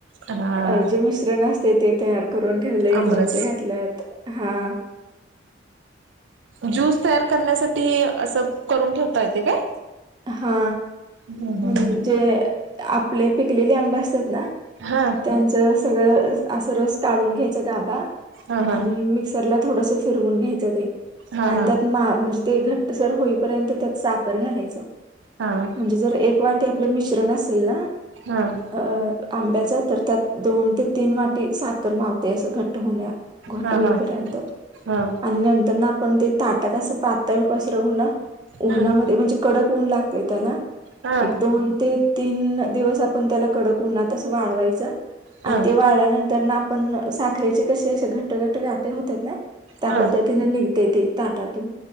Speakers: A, on the right (about 75°); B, on the right (about 25°).
A: हा
B: अ जे मिश्रण ते ते तयार करून ठेवले
A: आमरस.
B: लोणचे घातल्यात हा
A: ज्यूस तयार करण्यासाठी असं करून ठेवता येते काय
B: हा
A: हम्म हम्म
B: म्हणजे
A: हम्म.
B: आपले पिकलेले आंब असतात ना
A: हा
B: त्यांच सगळं असं रस काढून घ्यायचं गाबा
A: हा हा
B: आणि मिक्सरला थोडस फिरवून घ्यायचं ते
A: हा
B: आणि
A: हा
B: त्यात मा म्हणजे ते घट्टसर होईपर्यंत त्यात साखर घालायचं
A: हां
B: म्हणजे जर एक वाटी आपले मिश्रण असेल ना
A: हम
B: अ आंब्याच तर त्यात दोन ते तीन वाटी साखर मावते असं घट्ट होण्या घट
A: हा
B: होईपर्यंत
A: हा हा
B: आणि नंतर ना आपण ते ताटातसं पातळ पसरवू ना
A: हम्म
B: उन्हामध्ये म्हणजे कडक उऊन लागते त्याला
A: हा
B: एक दोन ते तीन दिवस आपण त्याला कडक उना तस वाळवायचं
A: हा
B: आणि ते वाळल्यानंतर ना पण साखरेचे कसे असे घट्ट घट्ट गाटे होतात ना त्या
A: हा
B: पद्धतीने निघते ते ताटातून